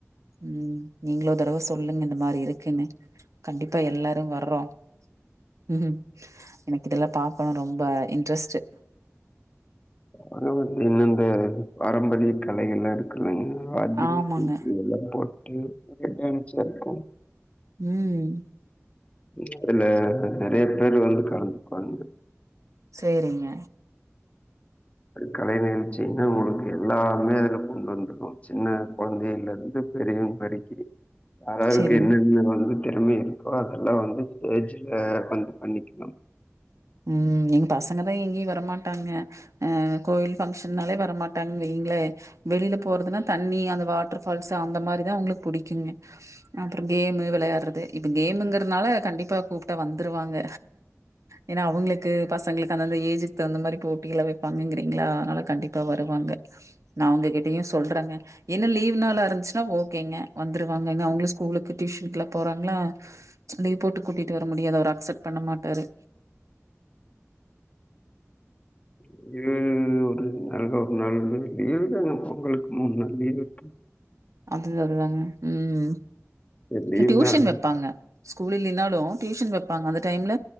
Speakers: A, on the right; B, on the left.
A: ம் நீங்ளோரு தடவ சொல்லுங்க இந்த மாரி இருக்குன்னு கண்டிப்பா எல்லாரும் வர்றோம் ம்ம் எனக்கு இதெல்லாம் பாக்கணுனு ரொம்ப இன்ட்ரெஸ்ட்டு
B: அது ஒரு தின்னந்த பாரம்பரிய கலைகள்ல ங்க அதி
A: ஆமாங்க
B: இதெல்லா போட்டு <unintelligible> இருக்கனு
A: ம்
B: இதுல நறைய பேர் வந்து கலந்துக்குவாங்க
A: செரிங்க
B: கலை நிகழ்ச்சினா உங்களுக்கு எல்லாமே அதுல கொண்டு வந்திருவோ சின்ன கொழந்தையில இருந்து பெரியவுங்க வரலக்கீ ஆராருக்கு
A: சேரிங்க
B: என்னென்ன வந்து திறமை இருக்கோ அதெல்லா வந்து ஸ்டேஜ்ல வந்து பண்ணிக்கலாம்
A: ம் எங் பசங்கதா எங்கேயு வரமாட்டாங்க அ கோயில் பஃங்க்ஷன்னால வரமாட்டாங்கன்னு வைங்ளே வெளியில போறதுனா தண்ணி அந்த வாட்டர்ஃபால்ஸ் அந்த மாரிதா அவுங்களுக்கு புடிக்குங்க அப்பறம் கேம்மு வெளையாட்றது இப்ப கேமுங்கிறதுனால கண்டிப்பா கூப்ட்டா வந்துருவாங்க எனா அவுங்களுக்கு பசங்களுக்கு அந்தந்த ஏஜுக்கு தகுந்த மாரி போட்டிலா வப்பாங்கங்கிறீங்க்ளா அனால கண்டிப்பா வருவாங்க நா அவங்ககிட்டயு சொல்றங்க எனா லீவ்‌ நாளா இருஞ்ச்சுனா ஓக்கேங்க வந்துருவாங்கங்க எனா அவுங்களே ஸ்கூலுக்கு டியூஷ்னுக்குலா போறாங்ளா ஷோ லீவ் போட்டு கூட்டிட்டு வர முடியாது அவரு அக்சப்ட் பண்ண மாட்டாரு
B: <unintelligible> நாளா ஒரு நாள் லீவு தாங்க உங்களுக்கு மூனுநாளு லீவிருக்கு
A: அது அதுதாங்க உம்
B: லீவு
A: டியூஷன்
B: நாள்
A: வப்பாங்க ஸ்கூலில்லனாலு டியூஷன் வப்பாங்க அந்த டைம்ல